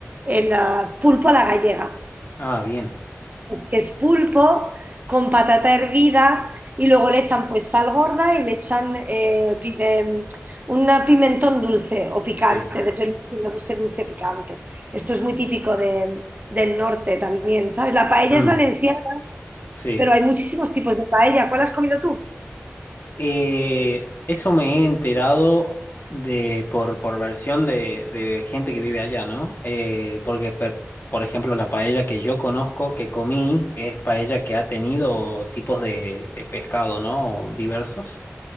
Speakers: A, on the right; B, on the left.
A: el, ah, pulpo a la gallega.
B: Ah, bien.
A: Pues que es pulpo con patata hervida y luego le echan pues sal gorda y le echan eh, pi- em, un pimentón dulce o picante,
B: Sí.
A: depende de si le guste dulce o picante. Esto es muy típico de- del norte también, ¿sabes? La paella
B: Mm,
A: es valenciana,
B: sí.
A: pero hay muchísimos tipos de paella. ¿Cuál has comido tú?
B: Eh, eso me he enterado de por, por versión de, de gente que vive allá, ¿no? Eh, porque, per- por ejemplo, la paella que yo conozco, que comí, es paella que ha tenido tipos de, de pescado, ¿no? Diversos.